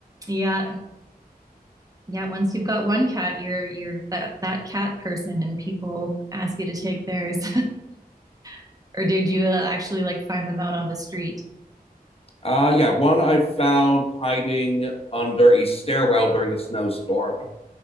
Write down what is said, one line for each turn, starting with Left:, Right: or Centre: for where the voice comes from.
Right: <laughs> yeah. Yeah, once you've got one cat, you're you're that that cat person and people ask you to take theirs. <laughs> or did you uh, actually like find them out on the street?
Left: Uh, yeah, one I found hiding under a stairwell during a snowstorm,